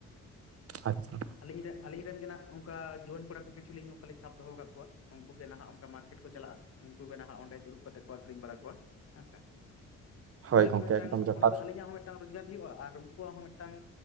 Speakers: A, on the right (about 50°); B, on the left (about 50°).
A: ᱟᱪᱪᱷᱟ,
B: ᱟᱞᱤᱧ ᱟᱞᱤᱧ ᱨᱮᱱ ᱜᱮ ᱱᱟᱜ ᱚᱱᱠᱟ ᱡᱩᱣᱟᱹᱱ ᱠᱚᱲᱟ ᱡᱚᱛᱚ ᱠᱤᱪᱷᱩ ᱞᱤᱧ ᱚᱝᱠᱟ ᱥᱟᱵ ᱫᱚᱦᱚ ᱟᱠᱟᱫ ᱠᱚᱣᱟ᱾ ᱩᱱᱠᱩ ᱜᱮ ᱱᱟᱦᱟᱜ ᱚᱱᱠᱟ ᱢᱟᱨᱠᱮᱴ ᱠᱚ ᱪᱟᱞᱟᱜ-ᱟ, ᱩᱱᱠᱩ ᱜᱮ ᱱᱟᱦᱟᱜ ᱚᱸᱰᱮ ᱫᱩᱲᱩᱵ ᱠᱟᱛᱮ ᱠᱚ ᱟᱠᱷᱨᱤᱧ ᱵᱟᱲᱟ ᱠᱚᱣᱟ᱾ ᱦᱮᱸᱥᱮ
A: ᱦᱳᱭ
B: ᱡᱟᱭ ᱦᱳᱠ
A: ᱜᱚᱝᱠᱮ
B: ᱢᱤᱫᱴᱟᱝ
A: ᱮᱠᱫᱚᱢ ᱡᱚᱛᱷᱟᱛ
B: ᱚᱱᱟ ᱫᱚ ᱟᱹᱞᱤᱧᱟᱜ ᱦᱚᱸ ᱢᱤᱫᱴᱟᱝ ᱨᱳᱡᱽᱜᱟᱨ ᱦᱩᱭᱩᱜ-ᱟ ᱟᱨ ᱩᱱ- ᱠᱚᱣᱟᱜ ᱦᱚᱸ ᱢᱤᱫᱴᱟᱝ